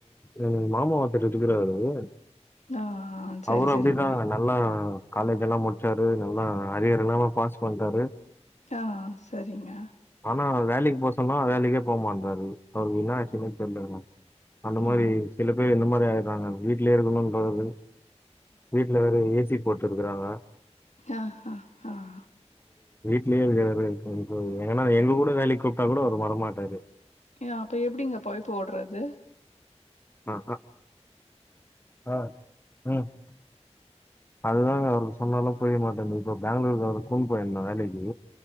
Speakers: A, on the left; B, on the left.
A: எங்க மாமா ஒருத்தர் இருக்குறாரு. உ.
B: ஆ சரி
A: அவரும் அப்படிதா
B: சரிங்க
A: நல்லா காலேஜ் எல்லாம் முடிச்சாரு. நல்லா அரியர் இல்லாம பாஸ் பண்ணிட்டாரு.
B: ஆ சரிங்க
A: ஆனா வேலைக்கு போ சொன்னா வேலைக்கே. போமாட்ராரு. அவருக்கு இன்னாச்சினே தெரியிலங்க. அந்த மாதிரி
B: ஆ
A: சில பேர் இந்த மாதிரி ஆயிட். தாங்க வீட்லயே இருக்கனும்றது. வீட்ல வேற ஏசிட். போட்டிருக்குறாங்க.
B: ஆஹ ஆஹ ஆஹ.
A: லியே வேர இருக்கனு. ஏன்னா எங்க கூட வேலைக்கு கூப். டா கூட அவரு வரமாட்டாரு.
B: ஏ அப்ப எப்படிங்க போழப்பு ஓடுறது.
A: ஆஹஹா ஆஹ உஹம். அதுதாங்க அவருக்கு சொன்னாலு புரிய மாட்டேன்து இப்ப பெங்களூருக்கு வேற அவர கூப்புன்னு போயிந்த வேலைக்கி.